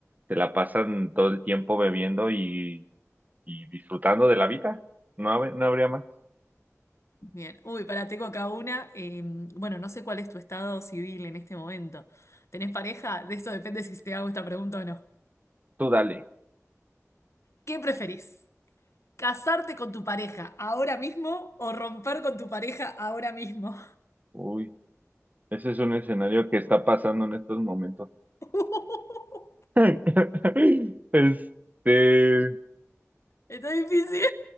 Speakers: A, on the right; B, on the left.
A: se la pasan todo el tiempo bebiendo y, y disfrutando de la vida. No, hab- no habría más.
B: Bien, uy, para tengo acá una. eh, bueno, no sé cuál es tu estado civil en este momento. ¿Tenés pareja? De eso depende si te hago esta pregunta o no.
A: Tú dale.
B: ¿Qué preferís? ¿Casarte con tu pareja ahora mismo o romper con tu pareja ahora mismo?
A: Uy, ese es un escenario que está pasando en estos momentos.
B: <laughs>
A: <laughs> Este, eh,
B: Está difícil.